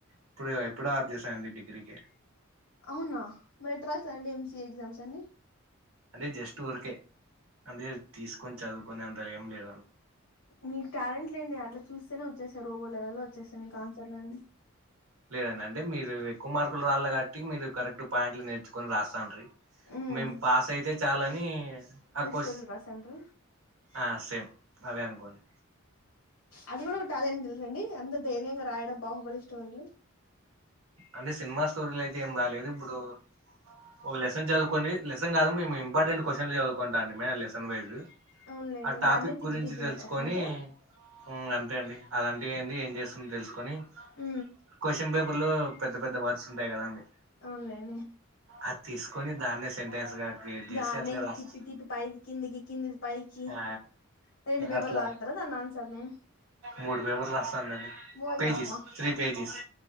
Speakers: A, on the right; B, on the left.
A: ఇప్పుడే గద్ ఎప్పుడో ఆప్ జేసానండి డిగ్రీకే
B: అవునా మరి ఎట్రాసారండి ఎంసిఏ ఎగ్జామ్స్ అన్ని
A: అంటే జస్ట్ వురికే అంటే తీస్కొన్ చదువుకునే అంత ఏం లేదు
B: మీక్ టాలెంట్ లేండి అట్లా చూస్తేనే వచ్చేస్సాయ్ రోబో లెవెల్ లో వచ్చేస్సయ్ మీక్ ఆన్సర్ల్ అన్నీ
A: లేదనండి మీరు ఎక్కువ్ మార్కుల్ రావల్లే గాట్టి మీరు కరెక్ట్ పాయింట్లు నే కొని రాస్తా ఉంటది
B: ఉమ్
A: మేం పాస్ అయితే చాలని ఆకొ
B: తుల్ ర సెంట్రు
A: ఆ సెమ్ అదే అనుకోండి
B: అది గుడా ఒక టాలెంట్ దెల్స అండి అంత ధైర్యంగా రాయడం బాహుబలి స్టోరీలు
A: అంటే సినిమా స్టోరీలైతే ఏం బాలేదు ఇబ్బుడు ఒగ లెసెన్ జదువుకోండి లెసెన్ గాదు మేమ్ ఇంపార్టెంట్ క్వశన్లు జదువుకుంటాండి మే లెసెన్ వైజు
B: అవునులేండి
A: ఆ టాపిక్
B: దాన్నే తిప్పి
A: గురించి
B: తిప్పి
A: దెల్సుకొని
B: కూడా రాసాంటారా
A: ఉ అంతే అండి అదంటే ఏండి ఏం జేస్తుంద్ దెల్సుకొని
B: ఉ
A: క్వశన్ పేపర్లో పెద్ద పెద్ద వర్డ్స్ ఉంటాయ్ కదండి
B: అవున్ లేండి
A: అద్ తీస్కొని దాన్నే సెంటెన్స్ గా క్రియేట్ చేసి
B: దాన్నే
A: అట్లే
B: ఇగ
A: రాస్
B: తిప్పి తిప్పి పైద్ కిందికి కిందిది పైకి
A: ఆ
B: రెండు పేపర్ల్
A: అట్లా
B: లాగుతారా దాన్ ఆన్సర్ ని
A: మూడు పేపర్లు రాస్తాందండి
B: ఓయమ్మ
A: పేజీస్ త్రీ పేజీస్